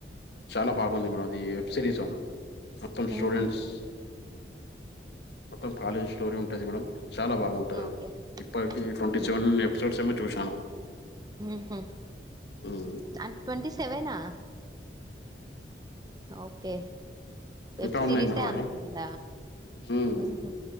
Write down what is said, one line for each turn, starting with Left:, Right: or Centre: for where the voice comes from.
Left: చాలా బాగుంది మేడం అది, వెబ్ సిరీస్ అవును మొత్తం
Right: ఉహు
Left: స్టూడెంట్స్, మొత్తం కాలేజ్ స్టోరీ ఉంటది మేడం చాలా బాగుంటది అది,
Right: ఓకే
Left: ఇప్పటికి ట్వంటీ
Right: అవునా
Left: సెవెన్ ఎపిసోడ్స్ ఏమో చూశాను.
Right: ఉహు
Left: ఉమ్
Right: అండ్ ట్వంటీ సెవెనా? ఓకే, వెబ్
Left: ఇంకా
Right: సిరీసే
Left: ఉన్నాయి మేడం
Right: అంతుంద?
Left: అవి మ్మ్
Right: ఉహు,